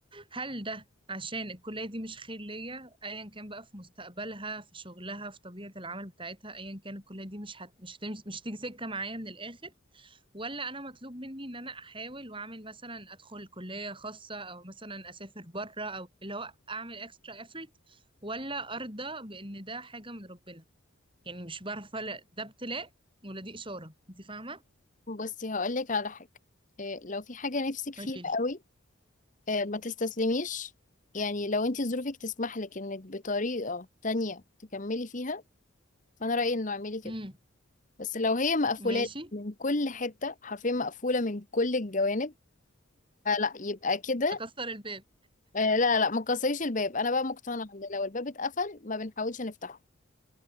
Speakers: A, on the right; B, on the left.
A: هل ده عشان الكلية دي مش خير ليا ايا كان بقى في مستقبلها في شغلها في طبيعة العمل بتاعتها ايا كان الكلية دي مش هت... مش هتمش... مش تيجي سكة معايا من الاخر ولا انا مطلوب مني ان انا احاول واعمل مثلا ادخل كلية خاصة او مثلا اسافر بره او اللي هو اعمل اكسترا effort ولا ارضى بان ده حاجة من ربنا يعني مش بعرف افرق ده ابتلاء ولا دي اشارة انت فاهمة
B: بصي هقولك على حاجة إيه لو في حاجة نفسك فيها
A: قوليلي
B: قوي إيه ما تستسلميش يعني لو انتي ظروفك تسمح لك انك بطريقة تانية تكملي فيها فأنا رأيي انه اعملي كده
A: امم
B: بس لو هي مقفولة
A: ماشي
B: من كل حتة حرفيا مقفولة من كل الجوانب فلا يبقى كده
A: اكسر الباب
B: آه لا لا ما تكسريش الباب انا بقى مقتنعه ان لو الباب اتقفل ما بنحاولش نفتحه